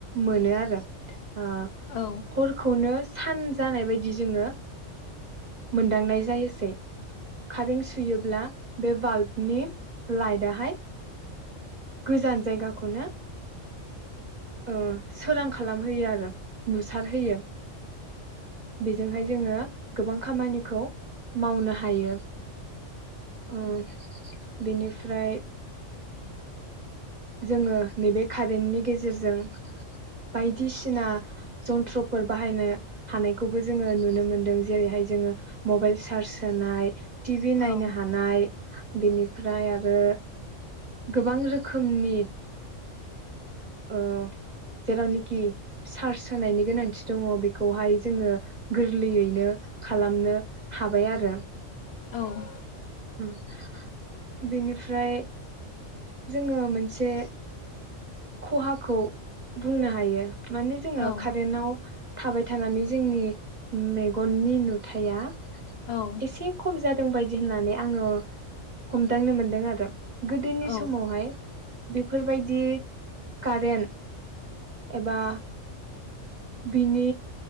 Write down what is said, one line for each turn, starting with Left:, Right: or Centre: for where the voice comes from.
Right: मोनो आरो। ओ
Left: औ
Right: हरखौनो सान जानाय बायदि जोङो मोनदांनाय जायोसै। खारें सुयोब्ला बे बाल्बनि लाइट आहाय गोजान जायगाखौनो ओ सोरां खालामहोयो आरो। नुसारहोयो। बेजोंहाय जोङो गोबां खामानिखौ मावनो हायो। अ। बेनिफ्राय जोङो नैबे कारेन्टनि गेजेरजों बायदिसिना जन्थ्रफोर बाहायनो हानायखौबो जोङो नुनो मोनदों जेरैहाय जोङो मबाइल चार्ज होनाय टि भि नायनो
Left: औ
Right: हानाय बेनिफ्राय आरो गोबां रोखो रोखोमनि ओ जेरावनेखि सार्च होनायनि गोनांथि दङ बेखौहाय जोङो गोरलैयैनो खालामनो हाबाय आरो।
Left: औ <inaudible>
Right: उम बेनिफ्राय जोङो मोनसे खहाखौ
Left: औ
Right: बुंनो हायो माने जोङो
Left: औ
Right: कारेन्टाव थाबाय थानानै जोंनि मेग'ननि नुथाया
Left: औ
Right: एसे खम जा दोंबादि होननानै आङो हमदांनो मोनदों आरो। गोदोनि
Left: औ
Right: समावहाय बेफोरबायदि कारेन्ट एबा बिनि